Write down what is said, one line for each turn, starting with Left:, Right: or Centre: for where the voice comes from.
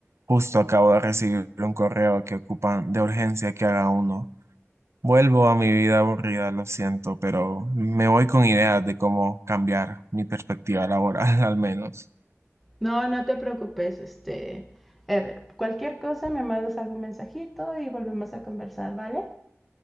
Right: justo acabo de recibir un correo que ocupan de urgencia que haga uno. Vuelvo a mi vida aburrida, lo siento, pero me voy con ideas de cómo cambiar mi perspectiva laboral, <laughs> al menos.
Centre: no, no te preocupes, este, Ever. Cualquier cosa me mandas algún mensajito y volvemos a conversar, ¿vale?